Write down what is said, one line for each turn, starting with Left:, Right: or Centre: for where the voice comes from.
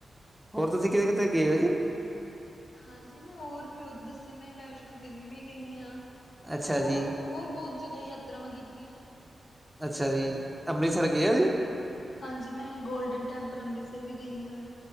Centre: ਹੋਰ ਤੁਸੀਂ ਕੇ ਕਿੱਥੇ ਗਏ ਉਹ ਜੀ?
Left: ਹਾਂਜੀ ਮੈਂ ਹੋਰ ਵੀ ਓ ਦੱਸੋ ਮੈਂ ਵੈਸ਼ਨੋ ਦੇਵੀ ਵੀ ਗਈ ਆ।
Centre: ਅੱਛਾ ਜੀ,
Left: ਹੋਰ-ਹੋਰ ਬਹੁਤ ਜਗ੍ਹਾ ਯਾਤਰਾਵਾਂ ਕੀਤੀਆਂ ਨੇ।
Centre: ਅੱਛਾ ਜੀ ਅੰਮ੍ਰਿਤਸਰ ਗਏ ਓ ਤੁਸੀ।
Left: ਹਾਂਜੀ ਮੈਂ ਗੋਲਡਨ ਟੈਂਪਲ ਅੰਮ੍ਰਿਤਸਰ ਤੇ ਵੀ ਗਈ ਆ,